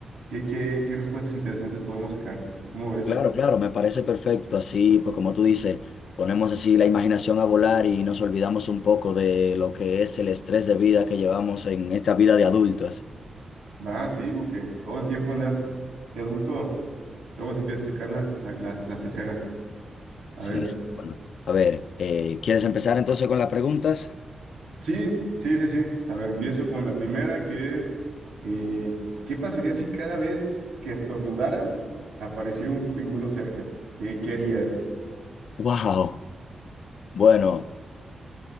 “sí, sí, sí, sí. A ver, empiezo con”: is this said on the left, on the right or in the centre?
Right